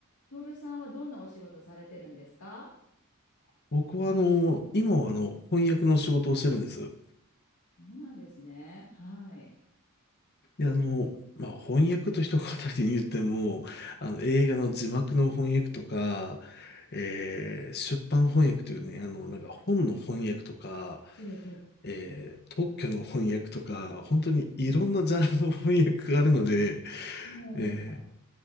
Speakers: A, on the left; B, on the left.
A: 徹さんはどんなお仕事されてるんですか
B: 僕はあの、今はあの、翻訳の仕事をしてるんです。
A: そうなんですね。はい。
B: で、あの、まあ、翻訳と一言に言っても、あの、映画の字幕の翻訳とか、えー出版翻訳というね、あの、なんか本の翻訳とか、
A: ええ、
B: えー特許の翻訳とか、本当にいろんなジャンルの翻訳があるので、
A: もう、
B: えー